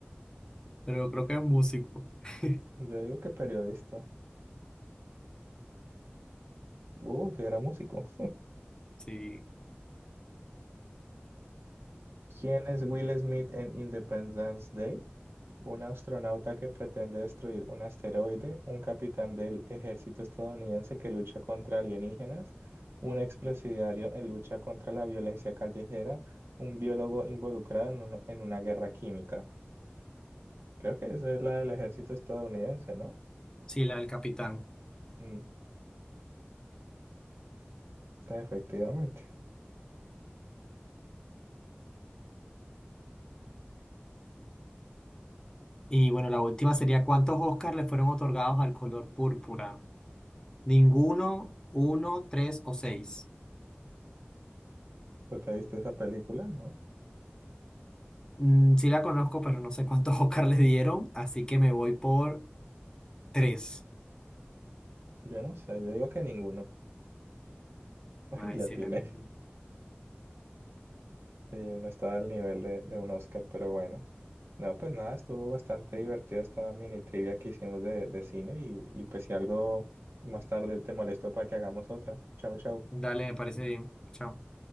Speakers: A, on the left; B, on the right.
A: Pero creo que es músico. <laughs>
B: Yo digo que periodista. Uh, si era músico.
A: Sí,
B: ¿Quién es Will Smith en Independence Day? Un astronauta que pretende destruir un asteroide, un capitán del ejército estadounidense que lucha contra alienígenas, un expresidiario en lucha contra la violencia callejera, un biólogo involucrado en, un- en una guerra química. Creo que esa es la del ejército estadounidense, ¿no?
A: sí, la del capitán.
B: Mm, efectivamente.
A: Y bueno, la última sería, ¿cuántos Oscars le fueron otorgados al color púrpura? Ninguno, uno, tres o seis.
B: ¿Tú te viste esa película? No.
A: Mm, sí la conozco, pero no sé cuántos <laughs> Oscars le dieron, así que me voy por tres.
B: Yo no sé, yo digo que ninguno. Ay,
A: Ay,
B: la
A: sí,
B: tiene.
A: era ninguno.
B: Eh, no estaba al nivel de, de un Oscar, pero bueno. No, pues nada, estuvo bastante divertida esta mini trivia que hicimos de, de cine y, y pues si algo más tarde te molesto para que hagamos otra. Chao, chao.
A: Dale, me parece bien. Chao.